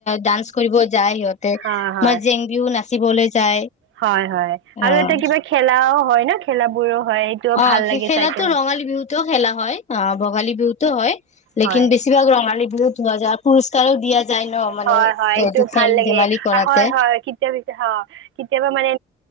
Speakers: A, on the left; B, on the right.
A: ডান্স কৰিব যায় সিহঁতে
B: হয় হয়
A: মাৰ জেং বিহু নাচিবলৈ যায়।
B: হয় হয় আৰু
A: অ
B: এটা কিবা খেলাও হয় ন খেলাবোৰো হয় সেইটোও
A: অঁ
B: ভাল লাগে
A: সেই খেলাটো
B: চাই কিনে
A: ৰঙালী বিহুতও খেলা হয়। অঁ ভোগালী বিহুতো হয় লেকিন
B: হয়
A: বেছিভাগ ৰঙালী বিহুত ধোৱা যায় পুৰস্কাৰও দিয়া যায়। ন মানে
B: হয় হয় এইটো
A: খেল
B: ভাল লাগে।
A: ধেমালি কৰাতে
B: হয় হয় কেতিয়া হ কেতিয়াবা মানে